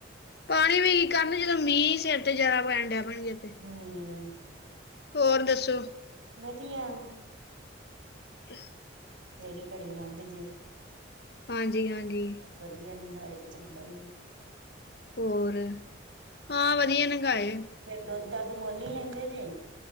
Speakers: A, on the left; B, on the right.
A: ਪਾਣੀ ਵੀ ਕੀ ਕਰਨ ਜਦੋਂ ਮ੍ਹੀਂ ਸਿਰ ਤੇ ਜਾਦਾ ਪੈਣ ਡੈ ਪੈਣਗੇ। ਤੇ।
B: ਹਮ
A: ਹੋਰ ਦੱਸੋ?
B: ਵਧੀਆ।
A: ਅੱਛਾ ਜੀ।
B: ਜੇੜੀ ਘੜੀ ਲੰਗ ਜੇ।
A: ਹਾਂਜੀ-ਹਾਂਜੀ।
B: ਬਧੀਆ ਲੰਗਾਏ ਤੇ ਚੰਗਾ ਈ ਆ।
A: ਹੋਰ, ਹਾਂ ਵਧੀਆ ਨੰਗਾਏ।
B: ਦੋਧ-ਦਾਧ ਮੋਲ ਈ ਲੈਂਦੇ ਜੇ।